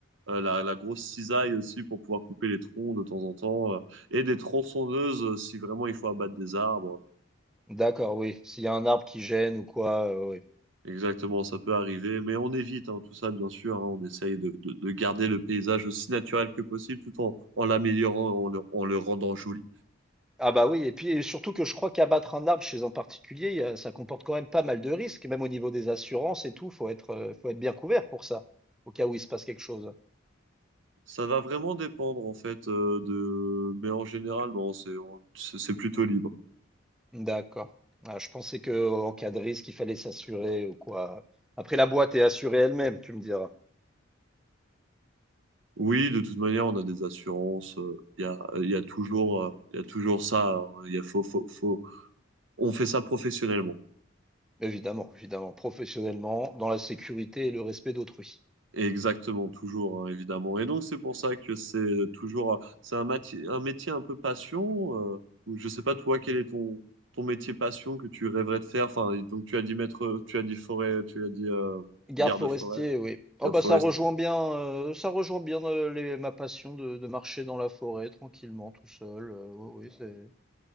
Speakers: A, on the right (about 65°); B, in the centre.
A: euh, la, la grosse cisaille aussi pour pouvoir couper les troncs de temps en temps, euh, et des tronçonneuses euh, si vraiment il faut abattre des arbres.
B: D'accord, oui. S'il y a un arbre qui gêne ou quoi, euh, oui.
A: Exactement, ça peut arriver, mais on évite hein, tout ça, bien sûr. hein. on essaye de, de, de garder le paysage aussi naturel que possible tout en, en l'améliorant, en le, en le rendant joli.
B: Ah bah oui, et puis et surtout que je crois qu'abattre un arbre chez un particulier, il y a- ça comporte quand même pas mal de risques, même au niveau des assurances et tout, faut être, euh, faut être bien couvert pour ça, au cas où il se passe quelque chose.
A: Ça va vraiment dépendre en fait euh, de... Mais en général, non, c'est on- c'est c'est plutôt libre.
B: D'accord. Ah, je pensais que euh, en cas de risque, il fallait s'assurer ou quoi. Après, la boîte est assurée elle-même, tu me diras.
A: Oui, de toute manière, on a des assurances. euh, Il y a, il y a toujours, euh, il y a toujours ça. hein. Il y a faut, faut, faut... On fait ça professionnellement.
B: Évidemment, évidemment, professionnellement, dans la sécurité et le respect d'autrui.
A: Exactement, toujours, hein, évidemment. Et donc, c'est pour ça que c'est euh, toujours, euh, c'est un, mati- un métier un peu passion. euh, donc, je sais pas, toi, quel est ton, ton métier passion que tu rêverais de faire? Enfin, et donc, tu as dit maître, tu as dit forêt, tu as dit euh,
B: Garde
A: garde-forêt,
B: forestier, oui. Oh
A: garde-forestier.
B: bah ça rejoint bien, heu, ça rejoint bien, heu, les ma passion de de marcher dans la forêt tranquillement tout seul, heu, oui, oui, c'est